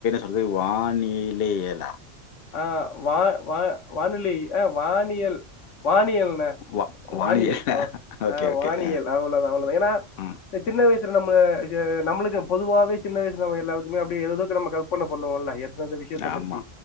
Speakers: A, on the left; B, on the left.
A: அர்து வானிலேயேலா
B: அ வா வா வானிலை அ வானியல் வானியல்ண்ணா
A: வா வானியலா?
B: வானியல் அவ
A: ஓகே,
B: அ
A: ஓகே.
B: வானியல்
A: அ.
B: அவ்ளோதா அவ்ளோதா ஏனா
A: ம்.
B: த சின்ன வய்சுல நம்ம ஏ நம்ளுக்கு பொதுவாவே சின்ன வய்சுல நம்முக் எல்லாருக்குமே அப்டி எதேதோக்கு நம்ம கவ் பன்ன பண்ணுவோல்ல எந்தந்த விஷ் ஷியத்த
A: ஆமா.
B: பத்தி